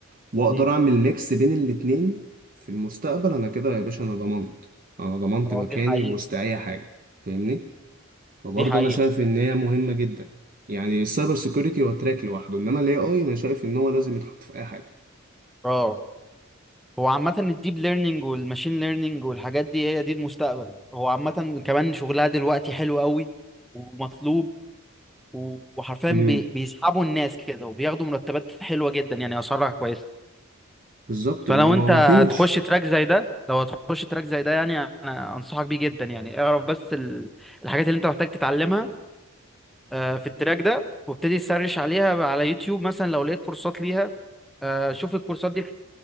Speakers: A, on the right; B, in the centre.
A: واقدر
B: مم.
A: اعمل ميكس بين الاتنين في المستقبل انا كده يا باشا انا ضمنت انا ضمنت
B: اه
A: مكاني
B: دي حقيقة
A: وسط اي حاجه فاهمني فبرضه
B: دي حقيقة
A: انا شايف ان هي مهمه جدا يعني السايبر سيكيورتي هو تراك لوحده انما الاي اي انا شايف ان هو لازم يتحط في اي حاجه
B: اه هو عامة الديب ليرنينج والماشين ليرنينج والحاجات دي هي دي المستقبل هو عامة كمان شغلها دلوقتي حلو قوي ومطلوب و- وحرفيا
A: امم
B: بي- بيسحبوا الناس كده وبياخدوا مرتبات حلوة جدا يعني أسعارها كويسة
A: بالظبط
B: فلو
A: ما ما
B: أنت
A: هو ما
B: هتخش
A: فيش
B: تراك زي ده لو هتخش تراك زي ده يعني أنا أنصحك بيه جدا يعني اعرف بس ال- الحاجات اللي أنت محتاج تتعلمها آه، في التراك ده وابتدي تسرش عليها على يوتيوب مثلا لو لقيت كورسات ليها آه، شوف الكورسات دي